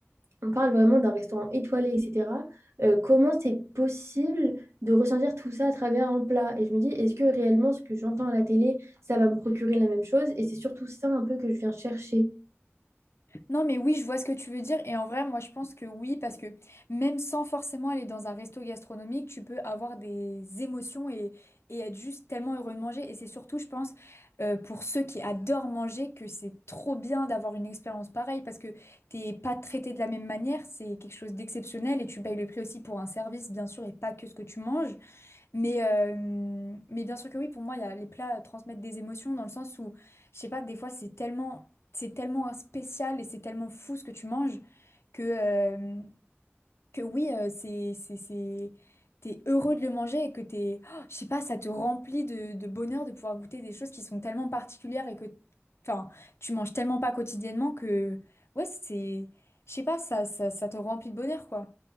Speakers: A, on the right; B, on the left.
A: on parle vraiment d'un restaurant étoilé, etc. euh, comment c'est possible de ressentir tout ça à travers un plat? Et je me dis, est-ce que réellement ce que j'entends à la télé, ça va me procurer la même chose? Et c'est surtout ça un peu que je viens chercher.
B: Non, mais oui, je vois ce que tu veux dire. Et en vrai, moi, je pense que oui, parce que même sans forcément aller dans un resto gastronomique, tu peux avoir des émotions et, et être juste tellement heureux de manger. Et c'est surtout, je pense, euh, pour ceux qui adorent manger, que c'est trop bien d'avoir une expérience pareille, parce que t'es pas traité de la même manière, c'est quelque chose d'exceptionnel et tu payes le prix aussi pour un service, bien sûr, et pas que ce que tu manges. Mais, euh, mais bien sûr que oui, pour moi, il y a, les plats transmettent des émotions dans le sens où, je sais pas, des fois, c'est tellement, c'est tellement spécial et c'est tellement fou ce que tu manges que, euh, que oui, euh, c'est, c'est, c'est, t'es heureux de le manger et que t'es, oh, je sais pas, ça te remplit de, de bonheur de pouvoir goûter des choses qui sont tellement particulières et que, enfin, tu manges tellement pas quotidiennement que, ouais, c'est, je sais pas, ça, ça, ça te remplit de bonheur, quoi.